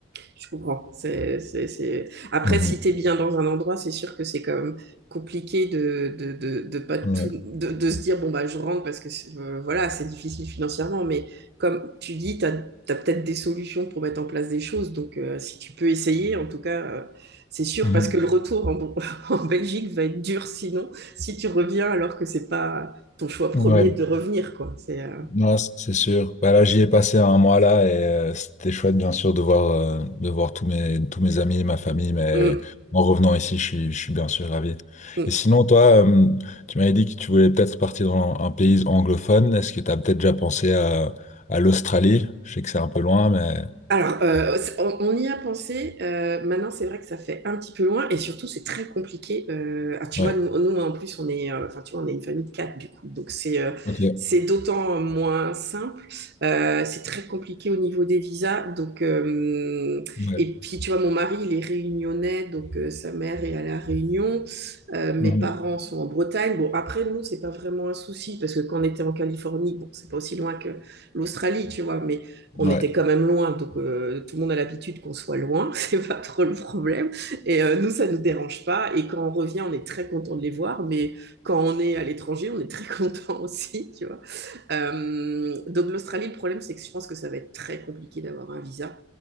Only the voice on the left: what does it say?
Mhm.
Ouais.
Mhm.
Ouais,
Non, c- c'est sûr. Bah là, j'y ai passé un mois là et euh, c'était chouette, bien sûr, de voir, euh, de voir tous mes, tous mes amis, ma famille, mais
en revenant ici, je suis, je suis bien sûr ravi.
Et sinon, toi, euh, tu m'avais dit que tu voulais peut-être partir dans un pays anglophone. Est-ce que tu as peut-être déjà pensé à, à l'Australie? Je sais que c'est un peu loin, mais...
Ouais,
ok.
Ouais.
Mhm.
Ouais.